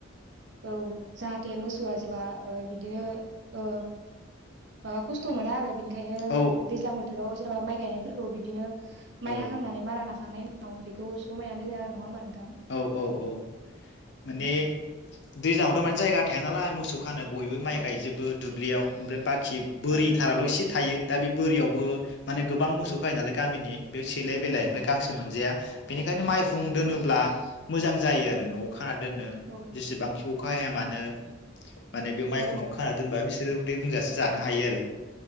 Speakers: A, on the right; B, on the left.
A: औ जाहाथे मोसौआ जेबा ओ बि बिदिनो ओ माबा खस्थ' मोना आरो ओंखायनो
B: औ
A: दैज्लां बोथोराव जेनेबा माइ गायनायफोरखौ बिदिनो माइ
B: औ
A: हाखांनानै मारा नाखां थांनाय उनाव बेखौ जमायनानै दोनो आरो नङा होमबा नों
B: औ औ औ माने
A: उम
B: दैज्लांयावथ' माने जायगा थाया नालाय मोसौ खानो बयबो माइ
A: औ
B: गायजोबो
A: औ
B: दुब्लियाव ओमफ्राय बा खि बोरिथाराल'
A: औ
B: एसे थायो दा बे बोरियावबो माने गोबां मोसौ खायो नालाय गामिनि बेयाव सेलाय
A: औ
B: बेलाय ओमफ्राय गांसो मोनजाया ओंखायनो माइफुं दोनोब्ला
A: औ
B: मोजां जायो आरो न'आव खाना दोननो
A: औ
B: जेसेबां खाया मानो माने बे माइहुंयाव
A: औ
B: खाना दोनबा बेसे सोरो उदै बुंजासे जानो हायो आरो।